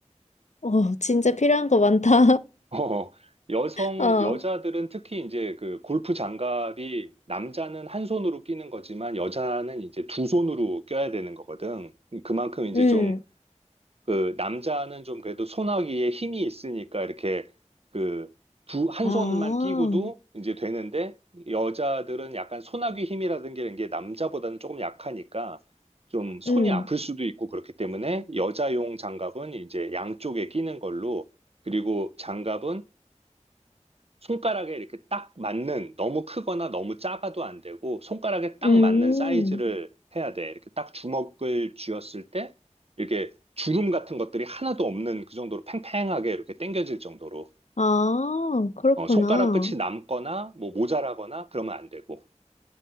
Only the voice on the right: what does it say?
어, 여성,
여자들은 특히 이제 그 골프 장갑이 남자는 한 손으로 끼는 거지만 여자는 이제 두 손으로 껴야 되는 거거든. 그만큼 이제
좀 그 남자는 좀 그래도 손아귀에 힘이 있으니까 이렇게 그 두, 한
손만 끼고도 이제 되는데 여자들은 약간 손아귀 힘이라든 게 이런 게 남자보다는 조금 약하니까 좀 손이
아플 수도 있고 그렇기 때문에 여자용 장갑은 이제 양쪽에 끼는 걸로 그리고 장갑은 손가락에 이렇게 딱 맞는 너무 크거나 너무 작아도 안 되고 손가락에 딱
맞는 사이즈를 해야 돼. 이렇게 딱 주먹을 쥐었을 때 이렇게 주름 같은 것들이 하나도 없는 그 정도로 팽팽하게 이렇게 당겨질 정도로
어, 손가락 끝이 남거나 뭐 모자라거나 그러면 안 되고